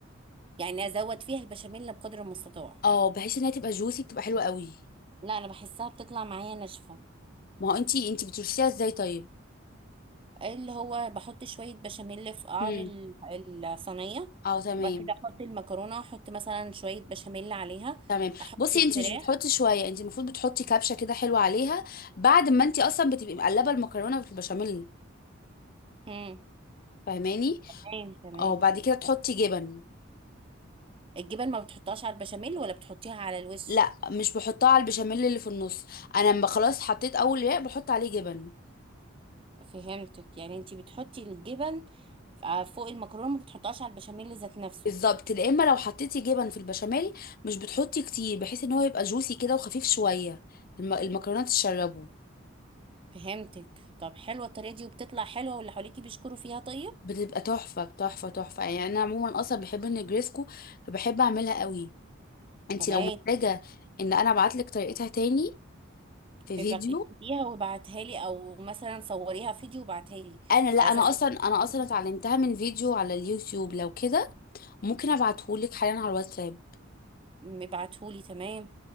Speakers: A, on the right; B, on the left.
A: يعني ازود فيها البشاميل بقدر المستطاع
B: اه بحيث انها تبقى جوسي بتبقى حلوة قوي
A: لا انا بحسها بتطلع معايا ناشفه
B: ما هو انتي انتي بتشرسيها ازاي طيب
A: اللي هو بحط شويه بشاميل في قعر
B: هم
A: ال- الصينيه
B: اه تمام
A: وبعد كده احط المكرونه احط مثلا شويه بشاميل عليها
B: تمام
A: احط
B: بصي
A: الفراخ
B: انتي مش بتحطي شوية انتي المفروض بتحطي كبشة كده حلوة عليها بعد ما انتي اصلا بتبقي مقلبة المكرونة في البشاميل
A: امم
B: فاهماني
A: تمام تمام
B: اه بعد كده تحطي جبن
A: الجبن ما بتحطهاش على البشاميل ولا بتحطيها على الوش
B: لا مش بحطها على البشاميل اللي في النص انا لما خلاص حطيت اول رق بحط عليه جبن
A: فهمتك يعني انتي بتحطي الجبن ف- فوق المكرونه ما بتحطهاش على البشاميل ذات نفسه
B: بالظبط لا اما لو حطيتي جبن في البشاميل مش بتحطي كتير بحيث ان هو يبقى جوسي كده وخفيف شويه الم- المكرونات تشربه
A: فهمتك طب حلوه الطريقه دي وبتطلع حلوه واللي حواليكي بيشكروا فيها طيب
B: بتبقى تحفه تحفه تحفه يعني انا عموما اصلا بحب النجريسكو فبحب اعملها قوي انت
A: تمام
B: لو محتاجه ان انا ابعتلك طريقتها تاني في
A: يبقى
B: فيديو
A: اكتبيها وابعتها لي او مثلا صوريها فيديو وابعتها لي
B: انا لا
A: على
B: انا
A: اساس
B: اصلا
A: إنك-
B: انا اصلا اتعلمتها من فيديو على اليوتيوب لو كده ممكن ابعتهولك حالا على الواتساب
A: مبعتهولي تمام